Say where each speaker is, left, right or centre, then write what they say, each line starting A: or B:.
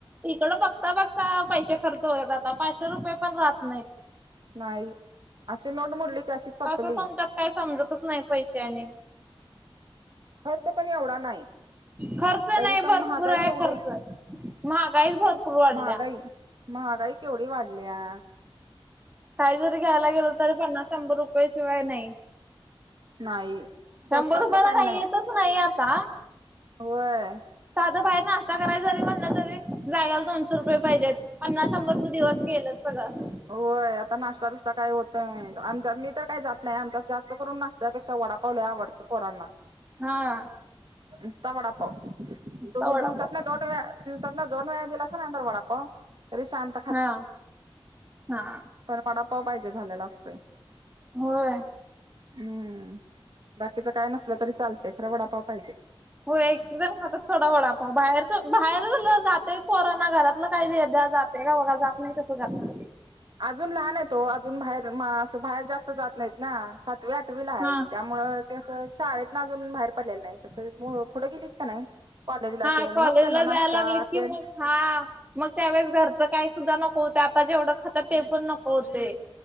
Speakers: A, on the right; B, on the right.
A: इकडं बघता बघता पैसे खर्च होतात आता पाचशे रुपये पण राहत नाही.
B: नाही असं नोट मोडली. की अशी सपली
A: कसं समतात काय समजतच नाही पैशे आणि.
B: खर्च पण एवढा नाही.
A: खर्च
B: तरी
A: नाही
B: पण
A: भरपूर
B: महागाई
A: आहे
B: एवढी
A: खर्च महागाईच भरपूर वाढल्या.
B: महागाई महागाई केवढी वाढलीया?
A: काही जरी घ्यायला गेलं तरी पन्नास शंभर रुपये शिवाय नाही.
B: नाही स्वस्तातलं
A: शंभर रुपयाला काही
B: नाही
A: येतच नाही आता.
B: होय.
A: साधं बाहेर नाश्ता करायला जरी म्हणलं तरी जागाला दोनशे रुपये पाहिजेत. पन्नास शंभर त दिवस गेलच सगळं.
B: होय आता नाश्ता बिष्टा काय होतय आमचा मी तर काय जात नाही आमच्यात जास्त करून नाशत्यापेक्षा वडा पाव लय आवडतं पोरांना.
A: हा..
B: नुसता. वडा पाव
A: नुसता
B: दो
A: वडापाव
B: दिवसातून दोनं. दिवसातना दोन वेळा गेलास ना अंदर वडा पाव तरी शांत
A: हा हा.
B: त्याने पडापाव पाहिजे झालेला असतोय.
A: होय.
B: हम्म. बाकीच काय? नसलं तरी चालतय खरं वडापाव पाहिजे.
A: हो एक जण खातात सोडा वडापाव बाहेरच बाहेर ला जातं पोरांना घरातलं काही दे जात ते का बघा जात नाही तसं करती.
B: अजून लहान आहे तो अजून बाहेर मा असं बाहेर जास्त जात नाहीत ना सातवी आठवीला आहे
A: हा
B: त्या मुळं शाळेतन आजून बाहेर पडलेलं नाहीत. तस मुळं- पुढं गेलीत का नाही कॉलेजला
A: हा
B: तेन
A: कॉलेजला
B: मग त्यांना नाश्ता
A: जायला लागलीत की
B: तेन
A: मग हा मग त्यावेळेस घरचं काही सुद्धा नको होते आता जेवढं खातात ते पण नको होते.